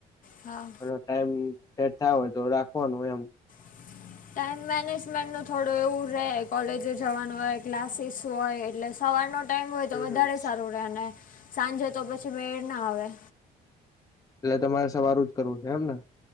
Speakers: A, on the left (about 55°); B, on the left (about 20°).
A: હા
B: અને ટાઈમ સેટ થાય એવો હોય તો રાખવાનો એમ.
A: <unintelligible> ટાઈમ મેનેજમેન્ટનું થોડું એવું રહે, કોલેજે જવાનું હોય ક્લાસીસ હોય એટલે સવારનો ટાઈમ હોય તો
B: હમ
A: વધારે
B: હમ એટલે
A: સારું રહે અને સાંજે તો પછી મેળ ના આવે.
B: એટલે તમારે સવારૂ જ કરવું છે એમ ને.